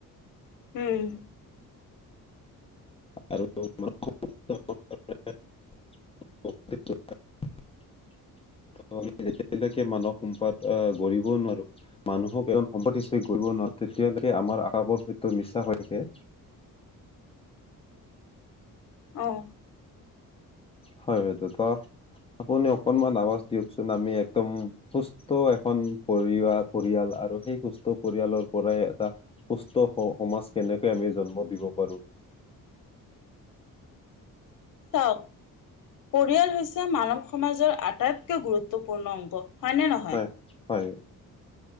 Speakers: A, on the left; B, on the left.
A: উম।
B: আৰু <unintelligible> যেতিয়ালৈকে মানৱ সম্পদ আহ, গঢ়িব নোৱাৰো মানুহক এজন, সম্পদ হিচাপে গঢ়িব নোৱাৰে, তেতিয়ালৈকে আমাৰ আশা-ভৰষাবোৰ মিছা হৈ থাকে।
A: অঁ।
B: হয় বাইদেউ, আপুনি অকনমান আৱাজ দিয়কচোন, আমি একদম সুস্থ সুস্থ এখন পৰিৱাৰ, পৰিয়াল আৰু সেই সুস্থ পৰিয়ালৰ পৰাই এটা সুস্থ সমাজ কেনেকৈ আমি জন্ম দিব পাৰো।
A: চাওক, পৰিয়াল হৈছে মানৱ সমাজৰ আটাইতকৈ গুৰুত্বপূৰ্ণ অংগ। হয়নে নহয়?
B: হয় হয়।